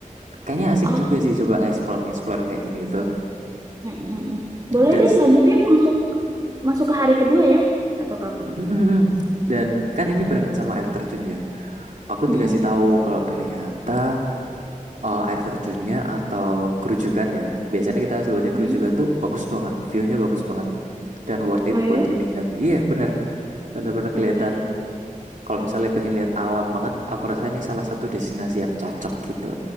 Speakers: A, on the right; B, on the right.
A: Kayaknya asik
B: oke.
A: juga sih coba nge-explore-nge-explore kayak gini tuh.
B: Mm-mm. Boleh
A: Dan
B: deh, labirin masuk masuk ke hari kedua ya, atau kapan?
A: Mm, mm, mm. dan kan ini barengan sama air terjunnya. Aku
B: Mm-mm.
A: dikasih tahu kalau ternyata eh, air terjunnya atau kerujukan ya. Biasanya kita sebutnya
B: Mm-mm.
A: kerujukan tuh bagus banget, view-nya bagus banget. Dan worth it
B: Oh, ya?
A: buat dilihat. Iya, bener. Bener-bener
B: Oke.
A: kelihatan. Kalau misalnya pengen lihat alam banget, aku rasa ini salah satu destinasi yang cocok gitu.